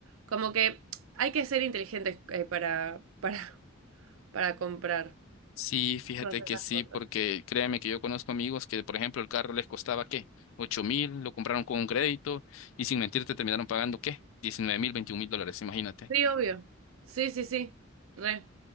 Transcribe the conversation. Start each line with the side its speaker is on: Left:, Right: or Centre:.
Right: Como que hay que ser inteligentes eh, para, para, <laughs> para comprar
Left: Sí, fíjate
Right: todas esas
Left: que sí,
Right: cosas.
Left: porque créeme que yo conozco amigos que, por ejemplo, el carro les costaba, ¿qué? Ocho mil, lo compraron con un crédito y sin mentirte terminaron pagando, ¿qué? Diecinueve mil, veintiún mil dólares, imagínate.
Right: Sí, obvio. Sí, sí, sí. Re.